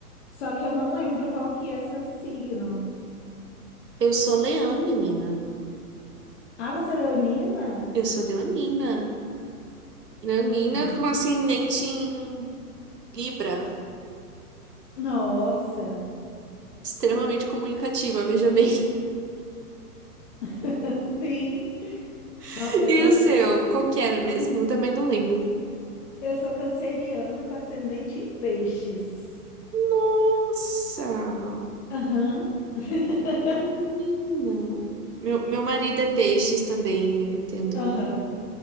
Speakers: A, on the left; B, on the right.
A: Só que eu não lembro qual que é seu signo.
B: Eu sou leão, menina.
A: Ah, você é leonina?
B: Eu sou leonina. Leonina
A: Nossa.
B: com ascendente em Libra.
A: Nossa.
B: Extremamente comunicativa, veja bem.
A: <laughs> Sim.
B: <laughs>
A: Não, eu sou,
B: E o seu? Qual que era mesmo? Eu também não lembro.
A: eu sou canceriana com ascendente em peixes.
B: Nossa,
A: Aham, <laughs>
B: menina. Meu, meu marido é peixes também, eu entendo,
A: aham.